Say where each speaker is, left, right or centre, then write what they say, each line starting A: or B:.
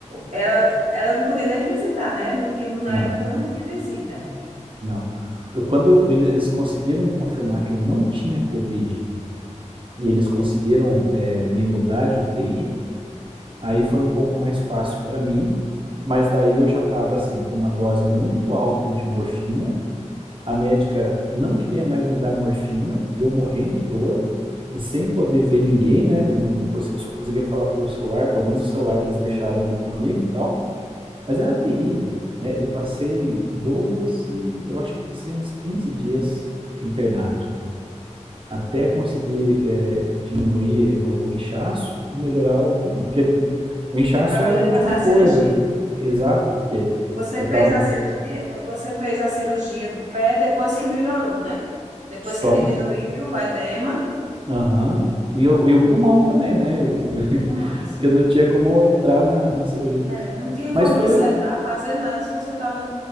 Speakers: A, on the right; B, on the right.
A: ela, ela não podia nem visitar, né? No, que no- na
B: não,
A: época não tinha visita
B: não. Eu, quando eles conseguiram confirmar que eu não tinha Covid e eles conseguiram é, me mudar de UTI, Aí foi um pouco mais fácil para mim, mas daí eu já estava assim com uma dose muito alta de morfina. A médica não queria mais me dar morfina e eu morrendo de dor e sem poder ver ninguém, né? Não, não consegui, só conseguia falar pelo celular, pelo menos o celular eles deixaram ali comigo e tal. Mas era terrível, né? Eu passei 12, eu acho que eu passei uns 15 dias internado até conseguir é, diminuir o inchaço e melhorar o pulmão. Porque o inchaço
A: para
B: era
A: poder
B: a última
A: fazer a
B: coisa,
A: cirurgia.
B: né? Exato, porque
A: Você
B: eu
A: fez
B: estava
A: a cirurgia, você fez a cirurgia do pé depois que melhorou, né? Depois
B: só
A: que diminuiu
B: de.
A: o edema,
B: Aham. E, o- e o pulmão também, né? Eu- <laughs>
A: mão,
B: porque eu não tinha como entrar na, na cirurgia nisso.
A: É, não tinha
B: Mas
A: como
B: foi.
A: lhe sedar, fazer nada se você estava